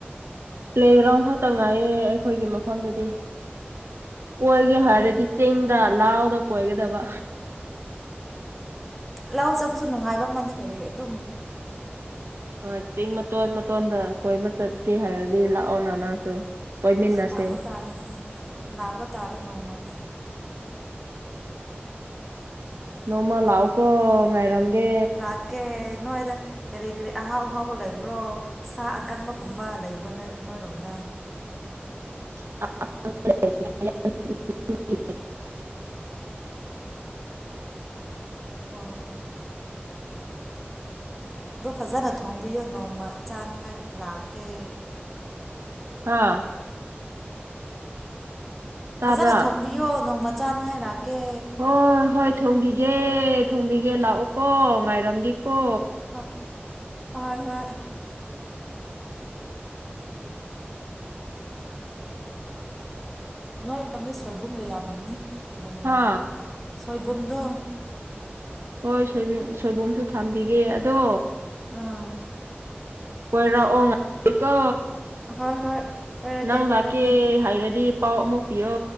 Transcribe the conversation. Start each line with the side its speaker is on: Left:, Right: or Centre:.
Right: ꯄ꯭ꯂꯦꯒ꯭ꯔꯥꯎꯟ ꯈꯛꯇ ꯉꯥꯏꯌꯦ ꯑꯩꯈꯣꯏꯒꯤ ꯃꯐꯝꯗꯗꯤ ꯀꯣꯏꯒꯦ
Centre: ꯑꯣ
Right: ꯍꯥꯏꯔꯗꯤ ꯆꯤꯡꯗ ꯂꯥꯎ ꯀꯣꯏꯒꯦꯗꯕ
Centre: ꯂꯧ ꯆꯕꯁꯨ ꯅꯨꯡꯉꯥꯏꯕ ꯑꯃꯅ ꯀꯔꯤ ꯑꯗꯨꯝ
Right: ꯍꯣꯏ ꯆꯤꯡ ꯃꯇꯣꯟ ꯃꯇꯣꯟꯗ ꯀꯣꯏꯕ ꯆꯠꯀꯦ ꯍꯥꯏꯔꯗꯤ ꯂꯥꯛꯑꯣ ꯅ ꯅꯪꯁꯨ ꯀꯣꯏꯃꯤꯟꯅꯁꯦ
Centre: ꯑꯁ ꯂꯥꯛꯄ ꯇꯥꯔꯦ ꯂꯥꯛꯄ ꯇꯥꯔꯦ ꯅꯣꯡꯃ
Right: ꯅꯣꯡꯃꯜ ꯂꯥꯎꯀꯣ ꯉꯥꯏꯔꯝꯦ
Centre: ꯂꯥꯛꯀꯦ ꯅꯣꯏꯗ ꯀꯔꯤ ꯀꯔꯤ ꯑꯍꯥꯎ ꯑꯍꯥꯎꯕ ꯂꯩꯕ꯭ꯔꯣ ꯁꯥ ꯑꯀꯪꯕꯒꯨꯝꯕ ꯂꯩꯕ꯭ꯔꯥ ꯅ ꯅꯣꯏꯔꯣꯝꯗ
Right: <unintelligible>
Centre: ꯑꯣ ꯑꯗꯨ ꯐꯖꯅ ꯊꯣꯡꯕꯤꯌꯣ ꯅꯣꯡꯃ ꯆꯥꯅꯤꯉꯥꯏ ꯂꯥꯛꯀꯦ
Right: ꯑꯥ ꯇꯥꯕ꯭ꯔꯥ
Centre: ꯐꯖꯅ ꯊꯣꯡꯕꯤꯌꯣ ꯅꯣꯡꯃ ꯆꯥꯅꯤꯡꯉꯅꯅꯥꯒꯦ
Right: ꯍꯣꯏ ꯍꯣꯏ ꯊꯣꯡꯝꯕꯤꯒꯦ ꯊꯣꯡꯝꯕꯤꯒꯦ ꯂꯥꯛꯑꯣꯀꯣ ꯉꯥꯏꯔꯝꯗꯤ ꯀꯣ
Centre: ꯍꯣꯏ ꯍꯣꯏ ꯍꯣꯏ ꯅꯣꯏ ꯃꯔꯝꯗꯤ ꯁꯣꯏꯕꯨꯝꯒ ꯌꯥꯝꯅꯕꯅꯤ ꯆꯈꯣꯏ ꯨꯝꯒꯥ
Right: ꯍꯥ
Centre: ꯁꯣꯏꯕꯨꯝꯗꯣ
Right: ꯍꯣꯏ ꯁꯣꯏ ꯁꯣꯏꯕꯨꯝꯁꯨ ꯊꯝꯕꯤꯒꯦ ꯑꯗꯣ
Centre: ꯑꯥ
Right: ꯑꯣꯏꯣꯏꯔꯑꯣ ꯉꯀ
Centre: ꯍꯣꯏ ꯍꯣꯏ ꯀꯣꯏꯔꯛꯀꯦ
Right: ꯅꯪ
Centre: ꯀꯣꯏꯔꯛꯀꯦ
Right: ꯂꯀꯦ ꯍꯥꯏꯔꯗꯤ ꯄꯥꯎ ꯑꯃꯨꯕꯤꯌꯣ